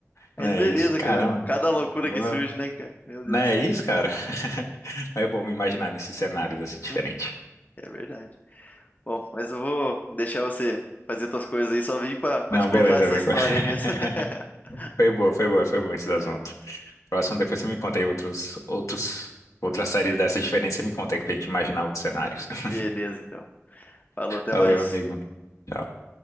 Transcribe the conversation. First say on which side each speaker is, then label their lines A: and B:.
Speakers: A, on the left; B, on the left.
A: Mas
B: Não é
A: beleza,
B: isso? Caramba,
A: cara. Cada loucura
B: boa.
A: que surge, né, cara? Meu Deus.
B: Não é isso, cara? <laughs> É bom imaginar nesses cenários assim diferentes.
A: <laughs> É verdade. Bom, mas eu vou deixar você fazer suas coisas aí. Só vim pra, pra
B: Não,
A: te contar
B: beleza,
A: essa
B: amigo.
A: história aí mesmo.
B: <laughs>
A: <laughs>
B: Foi boa, foi boa, foi bom esses assuntos.
A: É,
B: Próximo, depois você me conta aí outros, outros, outras séries dessa diferença, você me conta aí pra gente imaginar outros cenários. <laughs>
A: beleza, então. Falou, até
B: Valeu,
A: mais.
B: amigo. Tchau.